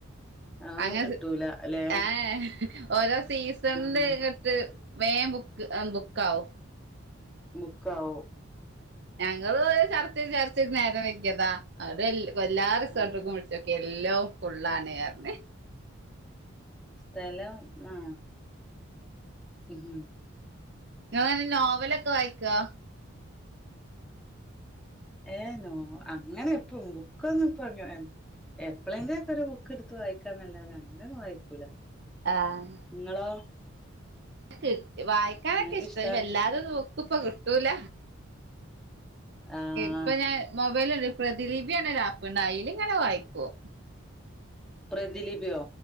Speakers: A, in the centre; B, on the right.
A: ആ ഒന്നും
B: അങ്ങനെ
A: കിട്ടൂല അല്ലെ
B: ഏ ഓരോ സീസണില്
A: ആഹ്
B: ഇങ്ങട്ട് മേം ബുക്ക് ബുക്കാവും
A: ബുക്കാവും
B: ഞങ്ങള് ചർച്ച ചെയ്ത് ചർച്ചചെയ്ത് നേരം വൈകിയതാ അവിടെ എല്ലാ റിസോർട്ടുക്കും
A: ആഹ്
B: വിളിച്ച് എല്ലോ ഫുള്ളണേ പർഞ്ഞ്
A: സ്ഥലം ആഹ് മം
B: നിങ്ങള് നോവലൊക്കെ വായിക്കോ?
A: ഏ നോ അങ്ങനെ ഇപ്പ ബുക്കൊന്ന ഇപ്പ അങ്ങ എപ്പളെങ്കിലും ഒക്കെ ഒരു ബുക്ക് എടുത്ത് വായിക്കാ എന്നല്ലാതെ അങ്ങനെയൊന്നും വായിക്കൂല്ല
B: ആഹ്
A: നിങ്ങളോ?
B: കിട്ട് വായിക്കാനൊക്കെ
A: നിങ്ങക്ക്
B: ഇഷ്ട
A: ഇഷ്ടാ
B: വല്ലാരും നോക്കുംപ്പ കിട്ടൂല
A: ആഹ്
B: ഇപ്പൊഞാൻ മൊബൈല്ണ്ട് പ്രതിലിപിന്ന ആപ്പ്ഇണ്ട് അതിലിങ്ങനെ വായിക്കും.
A: പ്രദിലിപിയോ?